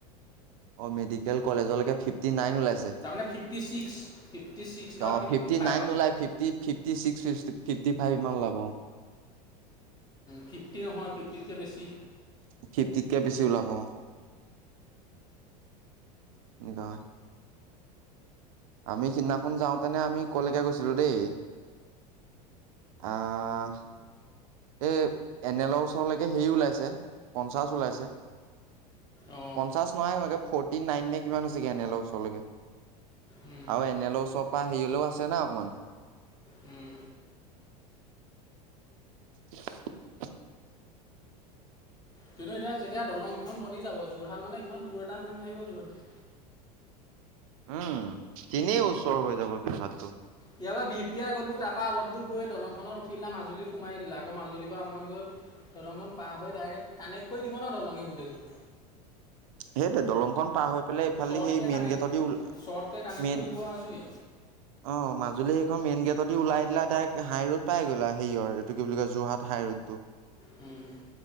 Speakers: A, on the right; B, on the left.
A: অ মেডিকেল কলেজলৈকে ফিফটিন নাইন ওলাইছে।
B: তাৰমানে ফিফটি ছিক্স ফিফটি ছিক্স বা
A: অ ফিফটি
B: ফাইভ
A: নাইন
B: আৰু
A: নোলাই, ফিফটি চিক্স ফিফটি ফাইভ মান ওলাব ।অ
B: ফিফটি নহয় ফিফটিতকৈ বেছি
A: ফিফ্তিতকে বেছি ওলাব। অ এনেকা আমি সিদিনাখন যাওঁতেনে আমি কলৈকে গৈছিলোঁ দেই আহ এই এনেলৰ ওচৰলৈকে হেৰি ওলাইছে পঞ্চাছ ওলাইছে।
B: অঁ
A: পঞ্চাশ নাইহোৱাগে ফৰ্টি নাইন নে কিমান হৈছেগে এনে লৰ ওচৰলৈকে।
B: উম,
A: আৰু এনেলৰ ওচৰৰ পৰা হেৰিয়লেও আছে না অকণমান
B: উম
A: <inaudible>
B: কিন্তু এতিয়া যেতিয়া দলংকেইখন বনি যাব। যোৰহাট মানে ইমান দূৰ এটা হৈ নাথাকিব যোৰহাট <inaudible>
A: উম তেনেই ওচৰ হৈ যাব যোৰহাটটো।
B: ইয়াৰ পৰা বিপিয়া গ'লো তাৰপৰা অলপ দূৰ গৈ দলংখনত উঠিলা মাজুলী সোমাই দিলা আকৌ মাজুলীৰ পৰা অকণমান গৈ দলংখন পাৰ হৈ ডাইৰেক্ট কানেক্ট কৰি দিব ন দলঙে গোটেইখন।
A: সেইটো দলংখন পাৰ হৈ পাই ইফালে
B: শ্বৰ্টকৈ
A: সেই মেইন
B: কানেক্ট
A: গেট দ
B: শ্বৰ্টকৈ কানেক্ট
A: মেইন
B: কৰি দিব আৰু আজৰি
A: অ মাজুলী সেইখন মেইন গেট দি ওলাই দিলা দাৰেক হাই ৰোড পাই গ'লা হেৰিয়ৰ এইটো কি বুলি কয় যোৰহাট হাই ৰোড টো।
B: উম।